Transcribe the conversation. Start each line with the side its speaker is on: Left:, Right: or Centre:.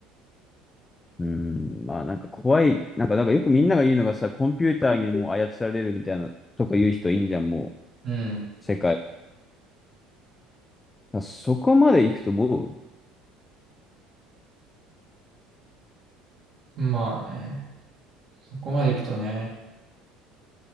Left: うん、まあなんか怖い。なんか、なんかよくみんなが言うのがさ、コンピューターにもう操られるみたいなとか言う人いんじゃん、も
Right: うん。
Left: う、世界。だからそこまで行くともう、
Right: まあね、そこまでいくとね、